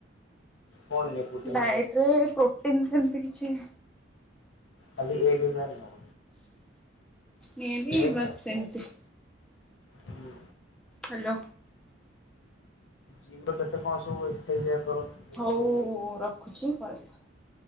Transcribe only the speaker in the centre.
ଡାଏଟ୍ ରେ ପ୍ରୋଟିନ୍ ସେମତି କିଛି
ମେ ବି
ବସ୍ ସେମିତି
ହ୍ୟାଲୋ।
ହଉ ରଖୁଛି ପରେ କଥା ହବ।